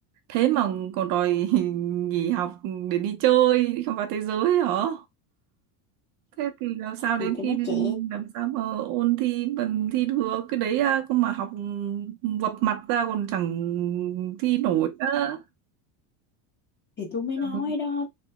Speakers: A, on the right; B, on the left.
A: thế mà còn đòi <laughs> nghỉ học để đi chơi đi khám phá thế giới hả thế thì làm sao đến
B: thì tụi
A: khi
B: nó trẻ
A: làm sao mà ôn thi bằng thi được cái đấy à, không mà học ừ, vập mặt ra còn chẳng thi nổi nữa
B: thì tôi mới nói
A: ừ.
B: đó